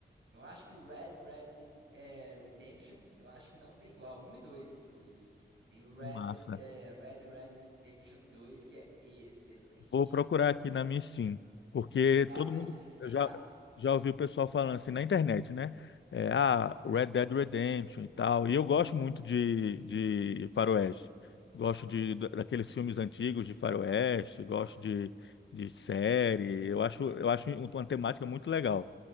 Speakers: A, on the right (about 85°); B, on the left (about 80°).
A: eu acho que Red Red é, Redemption, eu acho que não tem igual. Um e dois, inclusive. Tem o Red,
B: que massa.
A: Red, é, Red Red Redemption dois que é excelente.
B: Vou procurar aqui na minha Steam, porque
A: Faça
B: todo mundo
A: isso que tem
B: eu já
A: lá.
B: já ouviu o pessoal falando assim na internet, né? É, ah, Red Dead Redemption e tal. E eu gosto muito de, de faroeste. Gosto de da- daqueles filmes antigos de faroeste, gosto de, de série. Eu acho eu acho um, uma temática muito legal.